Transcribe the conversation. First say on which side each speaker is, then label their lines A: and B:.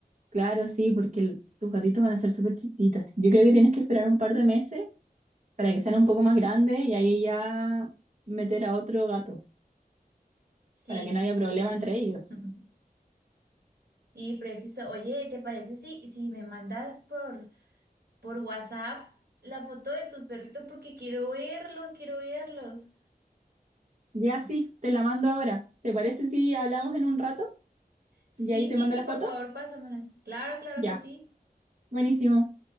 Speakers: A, on the right; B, on the right.
A: Claro, sí, porque el- tus gatitos van a ser súper chiquitos. Yo creo que tienes que esperar un par de meses para que sean un poco más grandes y ahí ya meter a otro gato,
B: Sí,
A: para que no
B: sí,
A: haya problema
B: sí.
A: entre ellos.
B: <laughs> Sí, preciso. Oye, ¿te parece si, si me mandas por, por WhatsApp la foto de tus perritos? Porque quiero verlos, quiero verlos.
A: Ya sí, te la mando ahora. ¿Te parece si hablamos en un rato?
B: Sí,
A: Y ahí te
B: sí,
A: mando
B: sí,
A: la
B: por
A: foto.
B: favor, pásamela. Claro, claro
A: Ya,
B: que sí.
A: buenísimo.